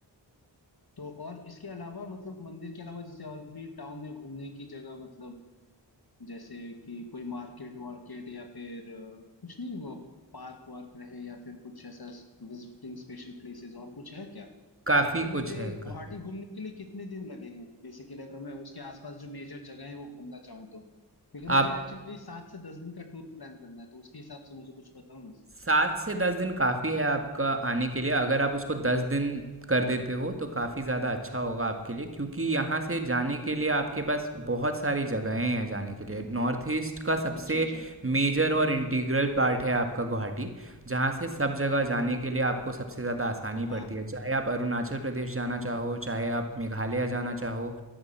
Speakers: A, on the left; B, on the right.
A: तो और इसके अलावा मतलब मंदिर के अलावा जैसे और भी टाउन में घूमने की जगह मतलब जैसे कि कोई मार्केट वार्केट या फिर अ, कुछ नहीं वो पार्क वार्क रहे या फिर कुछ ऐसा विजिटिंग स्पेशल प्लेसेस और कुछ है क्या
B: काफ़ी
A: या फिर मुझे
B: कुछ है
A: गुवाहाटी
B: काफ़ी
A: घूमने के लिए कितने दिन लगेंगे बेसिकली अगर मैं उसके आसपास जो मेजर जगह है वो घूमना चाहूँ तो क्योंकि मुझे
B: आप
A: एक्चुअली सात से दस दिन का टूर प्लान करना है तो उसके हिसाब से मुझे कुछ बताओ ना
B: 7 से 10 दिन काफ़ी है आपका आने के लिए, अगर आप उसको 10 दिन कर देते हो, तो काफ़ी ज़्यादा अच्छा होगा आपके लिए क्योंकि यहाँ से जाने के लिए आपके पास बहुत सारी जगहें हैं जाने के लिए। नॉर्थ ईस्ट का सबसे
A: अच्छा अच्छा
B: मेजर और इंटीग्रल पार्ट है आपका गुवाहाटी, जहाँ से सब जगह जाने
A: हम्म
B: के लिए आपको सबसे ज़्यादा आसानी
A: हाँ
B: पड़ती है। चाहे आप अरुणाचल प्रदेश जाना चाहो,
A: हम्म
B: चाहे आप मेघालय जाना चाहो,